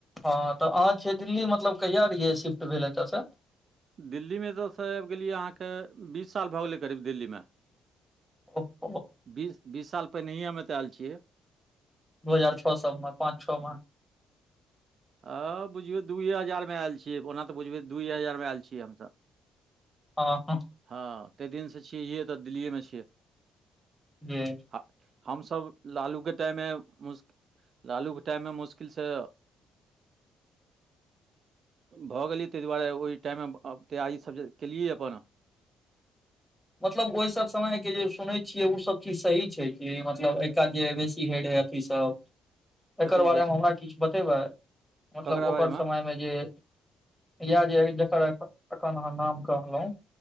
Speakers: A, in the centre; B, on the right (about 55°).
A: हँ तऽ अहाँ छियै दिल्ली मतलब कहिआ रहियै शिफ्ट भेल एतयस
B: दिल्ली मे त स आबि गेलियै अहाँके बीस साल भ गेलै करीब दिल्ली म
A: हं
B: बीस बीस साल पहिनहिएमे तऽ आयल छिय
A: दू हजार छओ सएमे पाँच छओ म
B: हँ बुझियौ दुइए हजार में आयल छियै ओना त बुझियै दुइए हजार में आयल छियै हमस
A: हँ ह
B: हँ ताहि दिन सँ छियै त दिल्लीएमे छिय
A: कि
B: ह हमसब लालूक्षके टाइम में मुशक लालू के टाइम में मुश्किल स भऽ गेलियै ताहि दुआरे ओहि टाइममे तैयारीसभ जे केलियै अप
A: मतलब ओहि सब सम के जे सुनै छियै ओ सब चीज सही छै कि मतलब एक क जे बेसी हय रहे अथी स एकर
B: कथी
A: बारे
B: बेसी
A: में हमरा किछ बतेबै मतलब
B: ककरा
A: ओकर
B: बारेमे
A: सम जे इह जे एखन अहाँ नाम कहल